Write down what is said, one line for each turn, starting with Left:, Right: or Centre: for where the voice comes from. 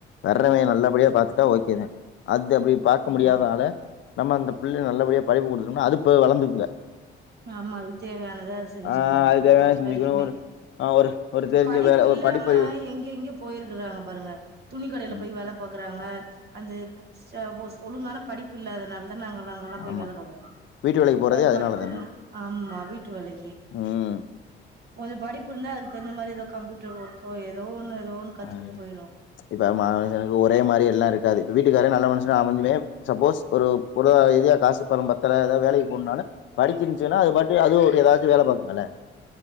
Left: வர்றவெ நல்லபடியா பாத்துட்டா ஓக்கேதே அத் து அப்டி பாக்க
Right: ஆமா
Left: முடியாதால நம்ம அந்த பிள்ளய நல்லபடியாக படிப்பு கொடுத்தும்னா அதுப்போ வளர்ந்துக்குங்க
Right: ஆமா அதுக்கு தேவையானத அது செஞ்சுக்கு
Left: ஆ அது
Right: எந்த
Left: தேவையான
Right: ஒரு
Left: செஞ்சுக்கணு
Right: வேலைக்குமே
Left: ஒரு ஆ ஒரு ஒரு
Right: இப்ப
Left: தெரிஞ்ச
Right: படிப்பு
Left: வேல ஒரு
Right: இல்லாம
Left: படிப்பறிவு
Right: எங்கங்கயோ போயிருக்கறாங்க பாருங்க துணி கடைல
Left: ம்
Right: போய் வேல பாக்குறாங்க அந்த சப்போஸ் ஒழுங்கான படிப்பு இல்லாதனால நாங்கள் அங்கெல்லா போய்
Left: ஆமா
Right: வேல பாக்றாங்
Left: வீட்டு வேலைக்கு போறதே
Right: அது
Left: அதனால
Right: படிப்பு
Left: தானே
Right: ஆமா வீட்டு விலகி
Left: ம்
Right: கொஞ்சோ படிப்பு இருந்தா அதுக்குகுந்த மாதிரி ஏதோ கம்ப்யூட்டர் ஒர்க்கோ ஏதோ ஒண்ணு ஏதோ ஒண்ணு கத்துக்கிட்டு
Left: அ
Right: போயிரும்
Left: இப்ப மாங்கேக்கு ஒரே மாரி எல்லாம் இருக்காது வீட்டுக்காரே நல்ல மனுஷன்னா அமைஞ்சுமே சப்போஸ் ஒரு பொருளாதரீதியா காசு பணம் பத்தல ஏதாவது வேலைக்கு போனும்னால படிக்கிருந்துச்சுன்னா அது பாட்டு அது ஒரு ஏதாச்சும் வேல பாக்குங்கல்ல